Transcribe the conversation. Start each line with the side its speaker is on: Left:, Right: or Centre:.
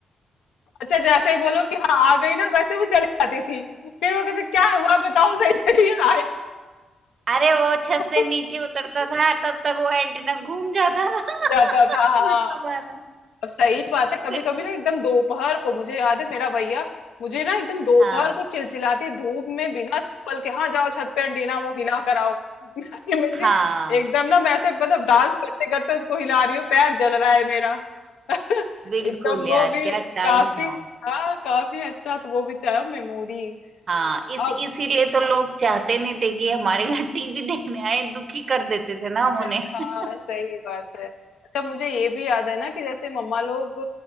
Left: अच्छा जैसे ही बोलो कि हाँ आ गई ना वैसे वो चली जाती थी फिर वो कहते क्या हुआ बताओ सही सही आया
Right: अरे वो छत
Left: <laughs>
Right: से नीचे उतरता था तब तक वो एंटीना घूम जाता था <laughs>
Left: जाता था हाँ
Right: फिर दोबारा
Left: और सही बात है कभी
Right: फिर
Left: कभी ना एकदम दोपहर को मुझे याद है मेरा भैया मुझे ना एकदम दोपहर
Right: हाँ
Left: को चिलचिलाती धूप में बिना चप्पल के हाँ जाओ छत पे एंटीना वो हिला कराओ <laughs> मेरी
Right: हाँ
Left: एकदम ना मैं ऐसे मतलब डांस करते करते उसको हिला रही हूँ पैर जल रहा है मेरा <laughs> एकदम
Right: बिल्कुल
Left: वो
Right: यार
Left: भी
Right: क्या टाइम
Left: काफी
Right: था
Left: हाँ काफी अच्छा तो वो भी था मेमोरी
Right: हाँ इस
Left: अब
Right: इसीलिए तो लोग चाहते नहीं थे कि हमारे घर टीवी देखने आए दुखी कर देते थे ना हम
Left: सही
Right: उन्हें
Left: हाँ सही बात है अच्छा मुझे ये भी याद है ना कि जैसे मम्मा लोग